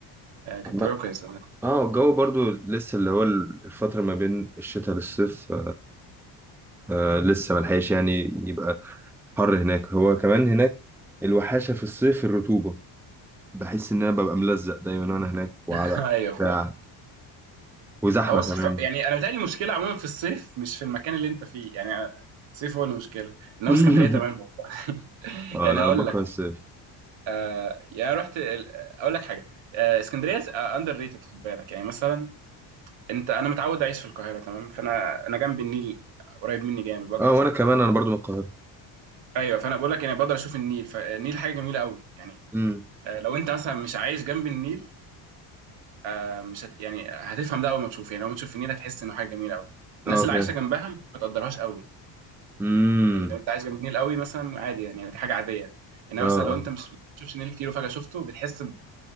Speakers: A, on the right; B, in the centre.
A: آه كانت
B: عم-
A: تجربه كويسه
B: اه الجو برضو لسه اللي هو الفتره ما بين الشتاء للصيف آه لسه ملحقش يعني يبقى حر هناك هو كمان هناك الوحاشه في الصيف الرطوبه بحس ان انا ببقى ملزق دايما وانا هناك وعرق
A: <laughs> ايوه
B: بتاع وزحمه
A: بص
B: كمان
A: ف- يعني انا بتهيألي المشكله عموما في الصيف مش في المكان اللي انت فيه يعني الصيف هو المشكله انما
B: <laughs>
A: اسكندريه تمام والله <laughs>
B: اه
A: يعني
B: لا
A: هقول
B: انا بكره
A: لك
B: الصيف
A: آه يعني أنا رحت ال- اقول لك حاجه آه اسكندريه اندر ريتد خد بالك يعني مثلا انت انا متعود اعيش في القاهره تمام فانا انا جنب النيل قريب مني جامد بقدر
B: اه
A: اشوفه
B: وانا كمان
A: يعني
B: انا برضو من القاهره
A: ايوه فانا بقول لك يعني بقدر اشوف النيل فالنيل حاجه جميله قوي يعني
B: امم
A: آه لو انت مثلا مش عايش جنب النيل آه مش هت يعني هتفهم ده اول ما تشوف. يعني اول ما تشوف النيل هتحس انه حاجه جميله قوي. الناس
B: اه
A: اللي
B: فعلا
A: عايشه جنبها ما تقدرهاش قوي
B: امم
A: يعني لو انت عايش جنب النيل قوي مثلا عادي يعني دي حاجه عاديه انما
B: اه اه
A: مثلا لو انت مش بتشوفش نيل كتير وفجاه شفته بتحس